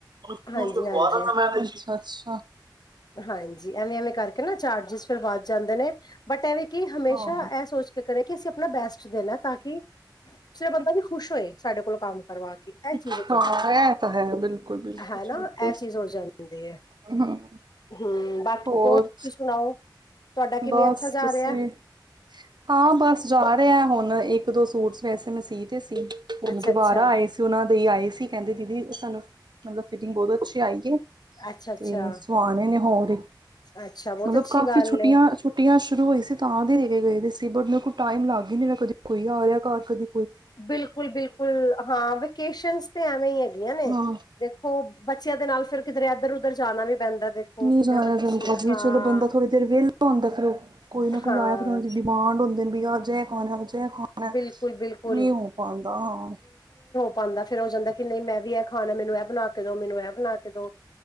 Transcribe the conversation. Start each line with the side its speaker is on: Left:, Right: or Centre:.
Right: ਪੂੰਜ
Left: ਹਾਂਜੀ-ਹਾਂਜੀ।
Right: ਕੇ ਖਵਾ ਦਾਂਗਾ ਮੈਂ ਅੱਛਾ-ਅੱਛਾ,
Left: ਹਾਂਜੀ, ਐਵੇਂ-ਐਵੇਂ ਕਰਕੇ ਨਾ ਚਾਰਜਿਸ ਫਿਰ ਵੱਧ ਜਾਂਦੇ ਨੇ। ਬਟ ਐਵੇਂ ਕਿ ਹਮੇਸ਼ਾ
Right: ਹਾਂ
Left: ਏਹ ਸੋਚ ਕੇ ਕਰੇ ਕਿ ਅਸੀਂ ਆਪਣਾ ਬੈਸਟ ਦੇਣਾ ਤਾਂ ਕਿ ਦੂਸਰਾ ਬੰਦਾ ਵੀ ਖੁਸ਼ ਹੋਏ ਸਾਡੇ ਕੋਲ ਕੰਮ ਕਰਵਾ ਕੇ ਇਹ
Right: ਹਾਂ
Left: ਚੀਜ਼ ਹੋ ਜਾਂਦੀ
Right: ਐ ਤਾਂ ਹੈ, ਬਿਲਕੁਲ-ਬਿਲਕੁਲ-ਬਿਲਕੁਲ।
Left: ਹੈਨਾ ਇਹ ਚੀਜ਼ ਹੋ ਜਾਂਦੀ ਹੈ
Right: ਹੂੰ।
Left: ਹਮ ਬਾਕੀ
Right: ਹੋਰ,
Left: ਤੁਸੀਂ ਸੁਣਾਓ ਤੁਹਾਡਾ ਕਿਵੇਂ
Right: ਬਸ
Left: ਅੱਛਾ ਜਾ
Right: ਤੁਸੀ।
Left: ਰਿਹਾ
Right: ਹਾਂ ਬਸ ਜਾ ਰਿਹਾ, ਹੁਣ ਇੱਕ ਦੋ ਸੂਟ ਵੈਸੇ ਮੈਂ ਸੀ ਤੇ ਸੀ।
Left: ਅੱਛਾ
Right: ਦੁਬਾਰਾ
Left: ਅੱਛਾ
Right: ਆਏ ਸੀ ਉਹਨਾਂ ਦੇ ਈ ਆਏ ਸੀ, ਕਹਿੰਦੇ ਦੀਦੀ ਸਾਨੂੰ ਮਤਲਬ ਫਿਟਿੰਗ ਬੋਤ ਅੱਛੀ ਆਈਏ
Left: ਅੱਛਾ ਅੱਛਾ
Right: ਤੇ ਸਵਾਣੇ ਨੇ ਹੋਰ।
Left: ਅੱਛਾ ਬਹੁਤ
Right: ਮਤਲਬ
Left: ਅੱਛੀ
Right: ਕਾਫੀ
Left: ਗੱਲ
Right: ਛੁੱਟੀਆਂ-ਛੁੱਟੀਆਂ
Left: ਏ
Right: ਸ਼ੁਰੂ ਹੋਈ ਸੀ, ਤਾਂ ਦੇ ਦੇ ਕੇ ਗਏ ਸੀ ਬਟ ਮੇਰੇ ਕੋਲ ਟਾ ਈਮ ਲੱਗ ਈ ਨੀ ਰਿਹਾ ਮੇਰਾ ਕਦੀ ਕੋਈ ਆ ਗਿਆ ਘਰ ਕਦੇ
Left: ਬਿਲਕੁਲ-ਬਿਲਕੁਲ, ਹਾਂ ਵੇਕੇਸ਼ਨਸ ਤੇ ਐਵੇਂ ਈ ਹੈਗੀਆਂ ਨੇ
Right: ਹਾਂ
Left: ਦੇਖੋ ਬ ਬੱਚੇਆਂ ਦੇ ਨਾਲ ਫੇਰ ਕਿਧਰੇ ਐਧਰ ਉੱਧਰ ਜਾਣਾ ਵੀ ਪੈਂਦਾ ਦੇਖੋ
Right: ਨਈ
Left: ਕਿਧਰ
Right: ਜਾਇਆ
Left: ਬੱਚੇ
Right: ਜਾਂਦਾ ਜੀ,
Left: ਹਾਂ
Right: ਚਲੋ ਬੰਦਾ ਥੋੜ੍ਹੀ ਦੇਰ ਵੇਹਲਾ ਹੁੰਦਾ ਫੇਰ ਓਹ ਕੋਈ ਨਾ ਕੋਈ
Left: ਹਾਂ
Right: ਆਇਆ ਫਿਰ ਓ ਡਿਮਾਂਡ ਹੁੰਦੇ ਬੀ ਅੱਜ‌ ਐ ਖਾਣਾ ਅੱਜ ਐ ਖਾਣਾ
Left: ਬਿਲਕੁਲ ਬਿਲਕੁਲ
Right: ਨਈ ਹੋ ਪਾਂਦਾ ਹਾਂ।
Left: ਪਾਂਦਾ ਫੇਰ ਹੋ ਜਾਂਦਾ, ਕਿ ਨਈ ਮੈਂ ਵੀ ਐ ਖਾਣਾ ਮੈਨੂੰ ਇਹ ਬਣਾ ਕੇ ਜਦੋਂ ਮੈਨੂੰ ਇਹ ਬਣਾ ਕੇ ਦੋ